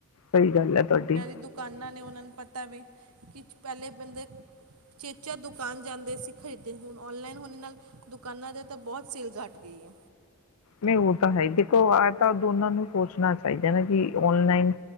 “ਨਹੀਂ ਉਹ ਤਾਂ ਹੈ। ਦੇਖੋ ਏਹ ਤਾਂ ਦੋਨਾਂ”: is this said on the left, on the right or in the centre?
Left